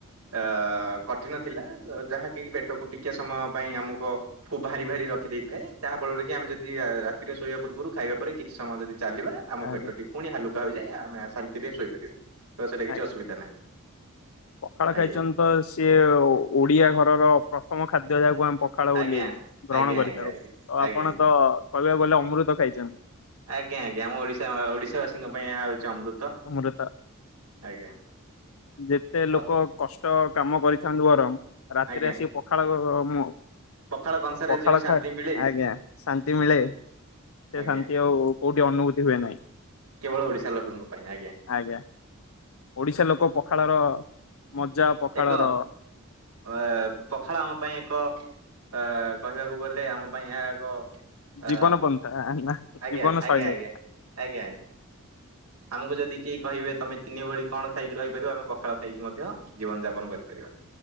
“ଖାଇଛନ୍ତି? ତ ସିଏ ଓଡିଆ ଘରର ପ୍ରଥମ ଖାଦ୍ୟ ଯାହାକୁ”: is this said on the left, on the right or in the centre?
Left